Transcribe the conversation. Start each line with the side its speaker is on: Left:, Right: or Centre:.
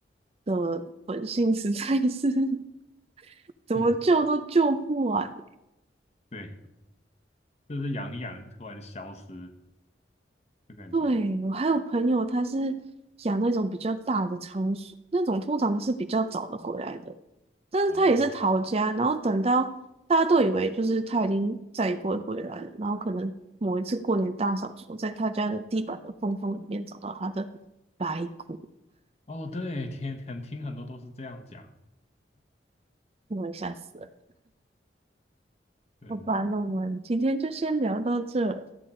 Right: 的本性实在是 <laughs> 怎么救都救不完
Left: <laughs> 对，就是养一养就突然消失，就感觉
Right: 对，我还有朋友，他是养那种比较大的仓鼠，那种通常是比较早的回来的，但是他也是逃家，
Left: 哦
Right: 然后等到大家都以为就是他已经再也不会回来了，然后可能某一次过年大扫除，在他家的地板的缝缝里面找到他的白骨，
Left: 哦，对，天天听很多都是这样讲。
Right: 我也吓死了。
Left: 对
Right: 好吧，那我们今天就先聊到这，